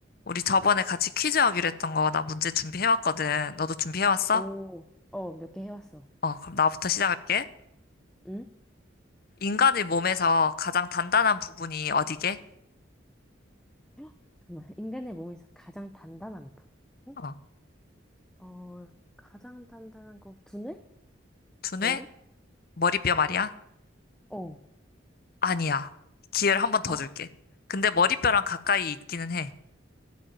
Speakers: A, on the left; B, in the centre.
A: 우리 저번에 같이 퀴즈 하기로 했던 거 나 문제 준비해왔거든. 너도 준비해왔어?
B: 오, 어, 몇 개 해왔어.
A: 어, 그럼 나부터 시작할게.
B: 응?
A: 인간의 몸에서 가장 단단한 부분이 어디게?
B: 헉, 잠깐만. 인간의 몸에서 가장 단단한 부분?
A: 어,
B: 어, 가장 단단한 거, 두뇌?
A: 두뇌?
B: 머리?
A: 머리뼈 말이야?
B: 어.
A: 아니야. 기회를 한 번 더
B: 아,
A: 줄게. 근데 머리뼈랑 가까이 있기는 해.